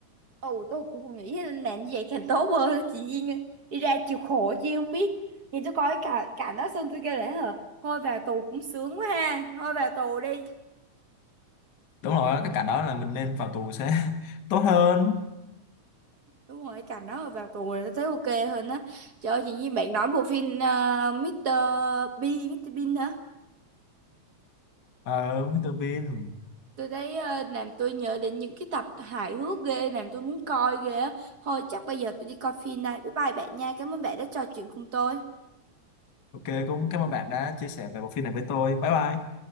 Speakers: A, on the right; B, on the left.
A: ồ tôi cũng nghĩ là làm như vậy càng tốt hơn <laughs> chị Duyên đi ra chịu khổ chứ không biết nhìn tôi coi cả cả nó xong tôi kêu lẽ hờ thôi vào tù cũng sướng quá ha thôi vào tù đi
B: đúng rồi cái cảnh đó là mình nên vào tù sẽ <laughs> tốt hơn
A: đúng rồi cả nó vào tù là tôi thấy ok hơn á trời ơi chị Duyên bạn nói bộ phim uh, Mr. Bean Mr. Bean hả
B: ờ Mr. Bean
A: Tôi thấy ờ, làm tôi nhớ đến những cái tập hài hước ghê, làm tôi muốn coi ghê á. Thôi chắc bây giờ tôi đi coi phim này. Bye bye bạn nha. Cảm ơn bạn đã trò chuyện cùng tôi.
B: ok cũng cảm ơn bạn đã chia sẻ về bộ phim này với tôi bye bye